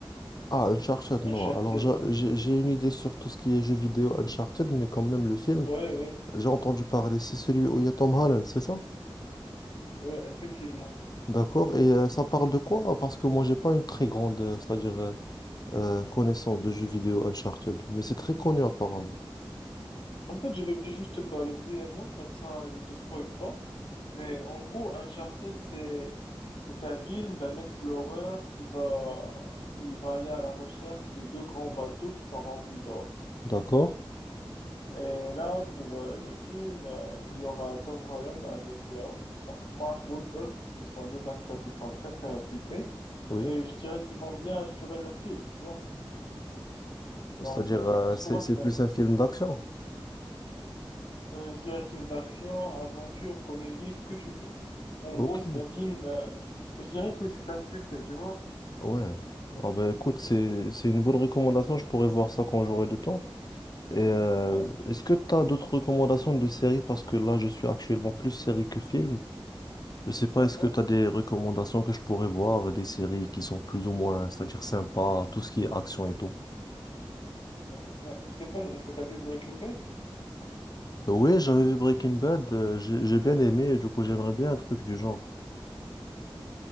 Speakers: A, on the left; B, on the left.
A: Ah, Uncharted,
B: Uncharted.
A: non. Alors, j'a- j'ai j'ai une idée sur tout ce qui est jeux vidéo Uncharted, mais quand même, le film,
B: Ouais, ouais,
A: j'ai entendu parler, c'est celui où il y a Tom Holland, c'est ça?
B: ouais, effectivement.
A: D'accord. Et euh, ça parle de quoi? Parce que moi, j'ai pas une très grande, euh, c'est-à-dire, euh, euh, connaissance de jeux vidéo Uncharted, mais c'est très connu apparemment.
B: En fait, je vais juste te parler brièvement, comme ça je te spoil pas. Mais en gros, Uncharted, c'est c'est un film d'un explorer qui va, qui va aller à la recherche de deux grands bateaux qui sont remplis d'or.
A: D'accord.
B: Et là, pour euh, le film, euh, il y aura Tom Holland avec euh, Mark Wahlberg. Ce sont deux acteurs qui sont très, très réputés.
A: Oui.
B: Et je dirais qu'ils vont bien assurer leur film, tu vois.
A: C'est-à-dire,
B: Donc, euh,
A: euh,
B: en soi,
A: c'est c'est
B: c'est
A: plus
B: un
A: un film d'action.
B: Euh, je dirais film d'action, aventure, comédie, ce que tu veux. En
A: Ok,
B: gros, c'est un film, euh, je dirais que c'est un succès, tu vois.
A: ouais. Ah ben écoute, c'est c'est une bonne recommandation, je pourrais voir ça quand j'aurai du temps. Et euh,
B: Ouais,
A: est-ce que tu as d'autres recommandations de séries? Parce que là, je suis actuellement plus série que film. Je sais pas,
B: d'accord,
A: est-ce que tu as des recommandations que je pourrais voir, des séries qui sont plus ou moins, c'est-à-dire sympas, tout ce qui est action et tout.
B: d'accord. Mais je sais pas, est-ce que tu as vu Breaking Bad?
A: Oui, j'avais vu Breaking Bad, euh, j'ai j'ai bien aimé, et du coup, j'aimerais bien un truc du genre.